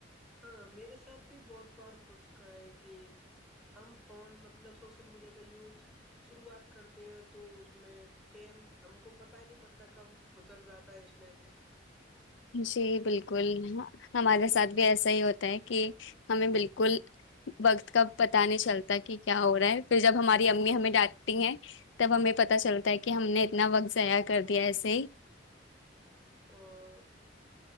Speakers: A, in the centre; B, on the left.
A: ہاں میرے ساتھ بھی بہت بار ہو چکا ہے کہ ہم فون مطلب سوشل میڈیا کا یوز شروعات کرتے ہیں تو اس میں ٹیم ہم کو پت ہی نہیں پڑتا کب گزر جاتا تا اس میں سے
B: جی بالکل ہمارے ساتھ بھی ایسا ہی ہوتا ہے کہ ہمیں بالکل وقت کا پتا نہیں چلتا کہ کیا ہو رہا ہے پھر جب ہماری امی ہمیں ڈانٹتی ہیں تب ہمیں پت چلتا ہے کہ ہم نے اتنا وقت ضائع کر دیا ایسے ہی
A: اور